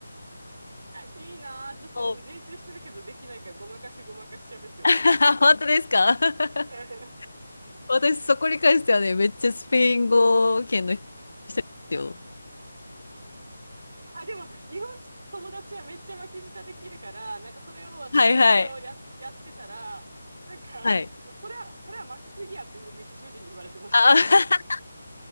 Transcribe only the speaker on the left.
お <laughs> 本当ですか <laughs>
私、そこに関してはね、めっちゃスペイン語圏の人ですよ。
はいはい。
はい。
あ、<laughs>